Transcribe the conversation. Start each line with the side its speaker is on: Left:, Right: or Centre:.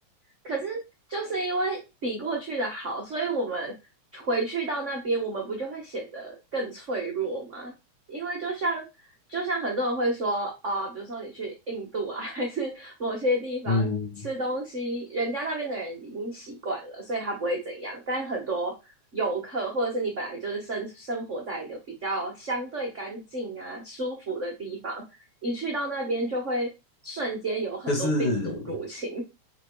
Right: 可是就是因为比过去的好，所以我们回去到那边，我们不就会显得更脆弱吗？因为就像就像很多人会说啊、比如说你去印度啊，<laughs> 还是某些地方吃东西，
Left: 嗯
Right: 人家那边的人已经习惯了，所以他不会怎样。但很多游客或者是你本来就是生生活在一个比较相对干净啊、舒服的地方，一去到那边就会瞬间有很多病毒入侵。
Left: 就是